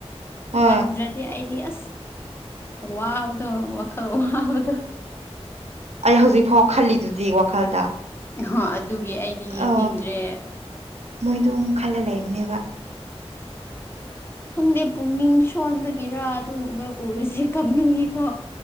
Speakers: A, on the right; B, on the left.
A: ꯑ
B: ꯉꯝꯗ꯭ꯔꯗꯤ ꯑꯩꯗꯤ ꯑꯁ ꯋꯥ ꯋꯥꯕꯗ ꯋꯥꯈ ꯋꯥꯗ
A: ꯑꯩ ꯍꯧꯖꯤꯛ ꯐꯥꯎ ꯈꯜꯂꯤꯗꯨꯗꯤ ꯋꯥꯈꯜꯗ
B: ꯍ ꯑꯗꯨꯒꯤ ꯑꯩꯗꯤ ꯌꯦꯡꯅꯤꯡꯗ꯭ꯔꯦ
A: ꯑ ꯃꯣꯏꯗꯣ ꯑꯃꯨꯛ ꯈꯜꯂ ꯂꯩꯕꯅꯦꯕ
B: ꯈꯪꯗꯦ ꯄꯨꯛꯅꯤꯡ ꯁꯣꯟꯕꯒꯤꯔ ꯑꯗꯨꯒꯨꯝꯕ ꯎꯔꯁꯤ ꯈꯪꯅꯤꯡꯉꯤꯀꯣ